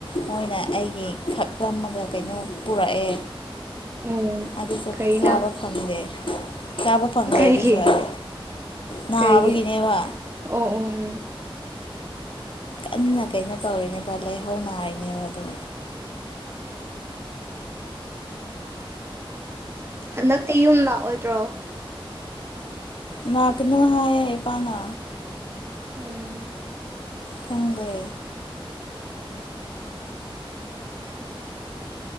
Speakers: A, on the left (about 65°); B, on the right (about 25°).
A: ꯃꯣꯏꯅ ꯑꯩꯒꯤ ꯈꯛꯂꯝꯃꯒ ꯀꯩꯅꯣ ꯄꯨꯔꯛꯑꯦ
B: ꯎꯝ
A: ꯑꯗꯨꯁꯨ
B: ꯐꯩꯅ
A: ꯆꯥꯕ ꯐꯪꯗꯦ ꯆꯥꯕ ꯐꯪꯗꯦ
B: ꯀꯩꯒꯤ
A: ꯑꯗꯨꯁꯨ ꯑꯩ ꯅꯕꯒꯤꯅꯦꯕ
B: ꯀꯩꯒꯤ ꯑꯣ ꯑꯣ ꯎꯝ
A: ꯀꯟꯅ ꯀꯩꯅꯣ ꯇꯧꯔꯤꯅꯦꯕ ꯂꯥꯍꯧ ꯅꯥꯔꯤꯅꯦꯕ ꯑꯗꯣ
B: <inaudible> ꯍꯟꯗꯛꯇꯤ ꯌꯨꯝ ꯂꯥꯛꯑꯣꯏꯗ꯭ꯔꯣ
A: ꯅꯥꯛꯀꯅꯨ ꯍꯥꯏꯌꯦ ꯏꯄꯥꯅ
B: ꯎꯝ
A: ꯈꯪꯗꯦ